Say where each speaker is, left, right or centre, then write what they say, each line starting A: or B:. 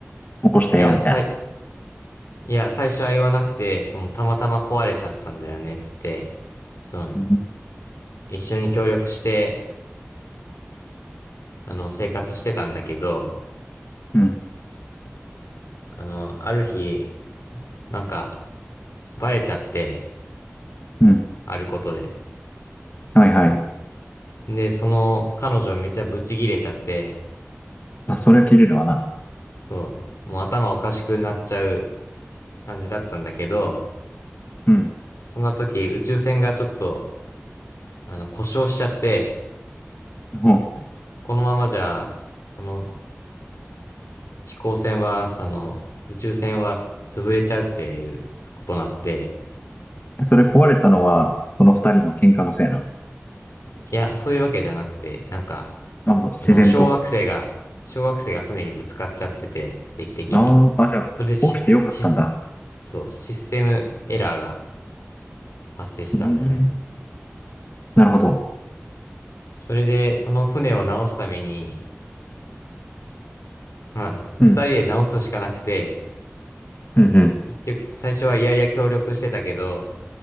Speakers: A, on the left; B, on the left.
A: 起こしたよ、
B: いや、
A: みたいな。
B: さい、いや、最初は言わなくて、その、たまたま壊れちゃったんだよね、つって、その、
A: うん。
B: 一緒に協力して、あの、生活してたんだけど、
A: うん。
B: あの、ある日、なんか、バレちゃって、
A: うん
B: あることで。
A: はいはい。
B: で、その、彼女めっちゃブチギレちゃって、
A: あ、それは切れるわな。
B: そう、もう頭おかしくなっちゃう感じだったんだけど、
A: うん。
B: そんな時、宇宙船がちょっと、あの、故障しちゃって、
A: ほう、
B: このままじゃ、この飛行船は、その、宇宙船は潰れちゃうっていうことになって、
A: えそれ壊れたのは、その二人の喧嘩のせいな。
B: いや、そういうわけじゃなくて、なんか、
A: あ、もう自然と。
B: あの、小惑星が、小惑星が船にぶつかっちゃってて、定期的に。
A: ああ、あ、じゃあ、
B: それでし、
A: 起きてよかったんだ。
B: し、そう、システムエラーが発生したんだよね。
A: うん、なるほど。
B: それで、その船を直すために、まあ、
A: うん、
B: 二人で直すしかなくて、
A: うん、うん、
B: 結局、最初は嫌々協力してたけど、